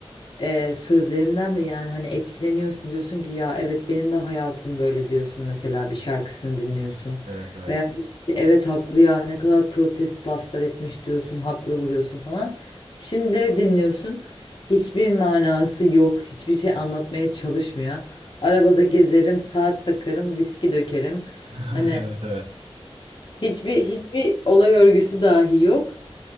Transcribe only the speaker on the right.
evet evet.
<laughs>
Evet evet.